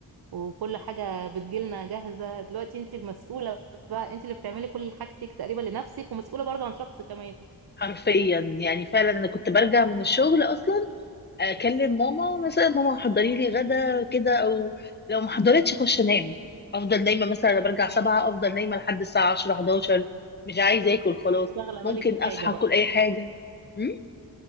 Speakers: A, on the right; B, on the left.
A: وكل حاجة بتجيلنا جاهزة دلوقتي انت المسؤولة بقى انت اللي بتعملي كل حاجتك تقريبا لنفسك ومسؤولة برضه عن شخص كمان
B: حرفيا يعني
A: مش
B: فعلا أنا كنت برجع من الشغل أصلا اكلم ماما مثلا ماما حضري لي غدا كده او لو ما حضرتش اخش انام افضل نايمه مثلا انا برجع سبعة افضل نايمه لحد الساعه 10 11 مش عايزه اكل خلاص
A: شاغلة
B: ممكن
A: بالك بحاجة
B: اصحى
A: بقى
B: اكل اي حاجه م?